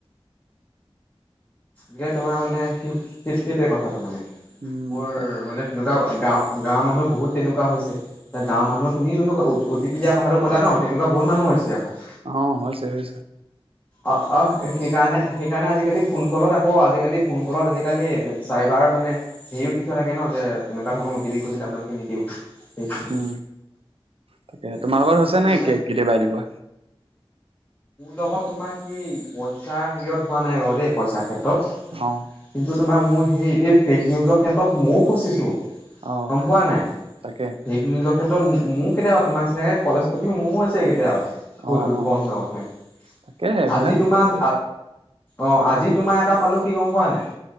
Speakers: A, on the left (about 20°); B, on the right (about 70°).
A: গতিকে তোমাৰ মানে স স সেইটোৱে কথাটো মানে
B: উম,
A: মোৰ
B: তাক
A: মানে, তেনেকুৱা গাৱ গাঁৱৰ মানুহ বহুত তেনেকুৱা হৈছে। এ গাঁৱৰ মানুহক তুমি যোন অটিপি দিয়া কথাটো কলা ন তেনেকুৱা বহুত মানুহ হৈছে আক।
B: অ হয় চাগে।
A: অ অ সেইকাৰণে, সেইকাৰণে আজিকালি ফোন কলত আকৌ আজিকালি ফোন কলত আজিকালি চাইবাৰ মানে, সেয়ো দি থোৱা থাকে ন তেনেকুৱা ধৰণৰ অতিপি খুজিলে আপোনালোক, নিদিব সেইখিনি,
B: উম, তাকে তোমাৰ
A: কৰিছে
B: লগত হৈছে
A: আৰু
B: নে
A: মোৰ
B: কে কেতিয়াবা এনেকুৱা?
A: লগত, তোমাৰ সেই পইচা হেইঅত হোৱা নাই বাৰু দেই পইচাৰ ক্ষেত্ৰত।
B: অ
A: কিন্তু তোমাৰ মোৰ সেই এই ফেক নিউজৰ ক্ষেত্ৰত ময়ো ফচিছোঁ।
B: অ',
A: গম পোৱা নাই
B: তাকে
A: ফেক নিউজৰ ক্ষেত্ৰত মো মোৰ কেতিয়াবা তোমাৰ নিচিনাকে কলেজ। খটি মোৰ হৈছে কেতিয়াবা স্কুল
B: অ', অ',
A: বন্ধ মানে।
B: তাকে এইবিলাক
A: আজি তোমাৰ অ আজি তোমাৰ এটা পালো কি গম পোৱা নাই,